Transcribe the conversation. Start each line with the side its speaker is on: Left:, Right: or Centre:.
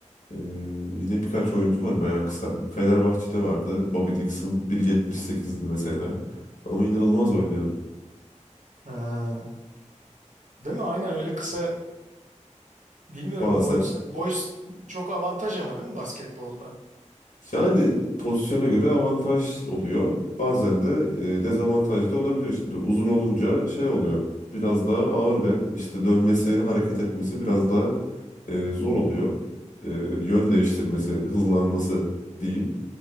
Left: Ee, yine birkaç oyuncu var bayağı kısa. Fenerbahçe'de vardı. Bobby Dixon 1.78'di mesela. Ama inanılmaz oynuyordu.
Right: Ha, değil mi? Aynen öyle kısa Bilmiyorum
Left: Bazen
Right: boy boy çok avantaj ama değil mi basketbolda?
Left: yani pozisyona göre avantaj oluyor. Bazen de e, dezavantaj da olabiliyor. Şimdi uzun olunca şey oluyor. Biraz daha ağır ve işte dönmesi, hareket etmesi biraz daha e, zor oluyor. E, yön değiştirmesi, hızlanması diyeyim.